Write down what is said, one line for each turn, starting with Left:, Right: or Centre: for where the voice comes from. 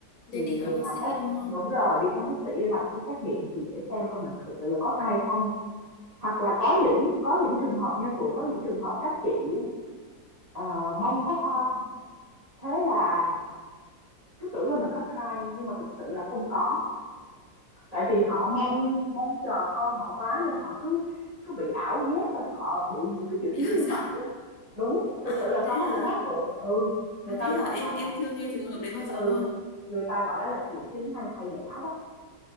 Right: thì
Left: thế đi khám bác
Right: làm
Left: sĩ
Right: test
Left: đúng không
Right: đúng rồi đi khám bác sĩ để làm cái xét nghiệm thì để xem coi mình thực sự là có thai hay không Hoặc là có những có những trường hợp nha Phượng, có những trường hợp các chị á, ờ, mong có con, thế là cứ tưởng là mình có thai nhưng mà thực sự là không có. Tại vì họ mong mong chờ con họ quá nên họ cứ cứ bị ảo giác và họ bị những cái triệu
Left: bị
Right: chứng
Left: ảo
Right: như
Left: giác
Right: vậy luôn. Đúng, thực
Left: à
Right: sự là
Left: thế
Right: có
Left: hả
Right: luôn á Phượng. Ừ, người
Left: À
Right: ta
Left: thế
Right: gọi
Left: hả? Em
Right: là là
Left: em chưa nghe trường hợp đấy bao
Right: ừ,
Left: giờ luôn.
Right: người ta gọi đó là triệu chứng mang thai giả đó.